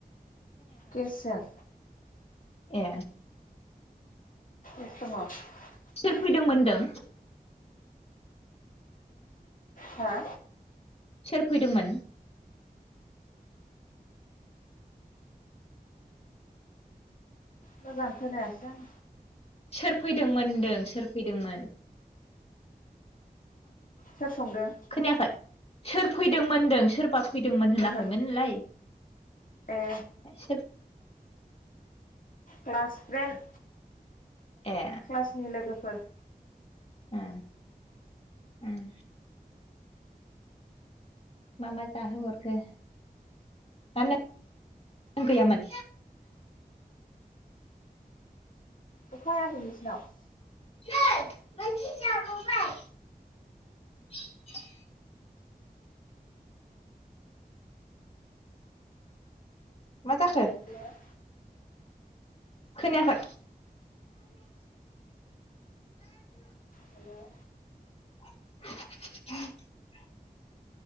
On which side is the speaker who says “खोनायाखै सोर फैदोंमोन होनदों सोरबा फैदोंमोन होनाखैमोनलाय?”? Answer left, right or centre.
Left